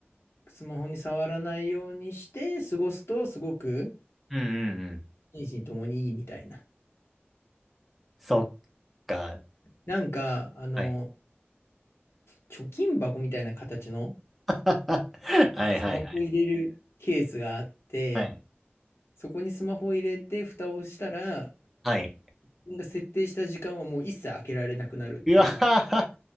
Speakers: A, on the left (about 75°); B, in the centre.
A: スマホに触らないようにして過ごすとすごく
B: うんうんうん。
A: 心身ともにいいみたいな。
B: そっか。
A: なんか、あの、
B: はい。
A: 貯金箱みたいな形の
B: <laughs> はいはいはい。
A: スマホを入れるケースがあって、
B: はい。
A: そこにスマホを入れて、蓋をしたら、
B: はい。
A: 自分が設定した時間はもう一切開けられなくなるっていう。
B: うわは